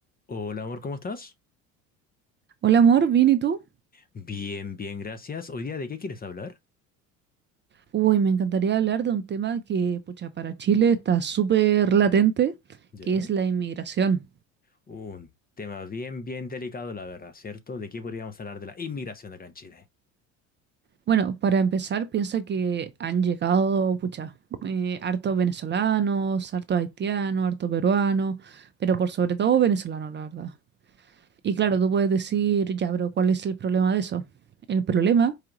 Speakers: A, on the left; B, on the right.
A: Hola amor, ¿cómo estás?
B: Hola amor, ¿bien y tú?
A: Bien, bien, gracias. Hoy día, ¿de qué quieres hablar?
B: Uy, me encantaría hablar de un tema que, pucha, para Chile está súper latente,
A: Ya.
B: que es la inmigración.
A: Un tema bien, bien delicado, la verdad, ¿cierto? ¿De qué podríamos hablar de la inmigración acá en Chile?
B: Bueno, para empezar, piensa que han llegado, pucha, eh, hartos venezolanos, hartos haitianos, hartos peruanos, pero por sobre todo venezolanos, la verdad. Y claro, tú puedes decir, ya, pero ¿cuál es el problema de eso? El problema